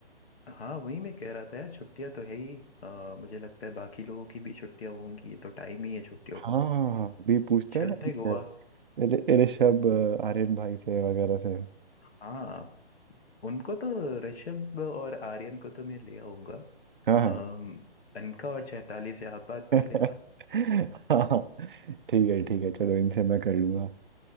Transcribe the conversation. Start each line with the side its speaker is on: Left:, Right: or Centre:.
Left: <laughs> हाँ वही मैं कह रहा था यार छुट्टियां तो है ही अ, मुझे लगता है बाकी लोगों की भी छुट्टियां होंगी ये तो टाइम ही है छुट्टियों
Right: हाँ
Left: का
Right: हाँ, हाँ, अभी पूछते
Left: चलते
Right: हैं ना
Left: गोवा
Right: रि- ऋषभ अ, आर्यन भाई से वगैरह से
Left: हाँ उनको तो ऋषभ और आर्यन को तो मैं ले आऊंगा
Right: हाँ हाँ
Left: अम, अनका और चैताली से आप बात
Right: <laughs>
Left: कर लेना
Right: हाँ ठीक है ठीक है चलो इनसे मैं कर लूंगा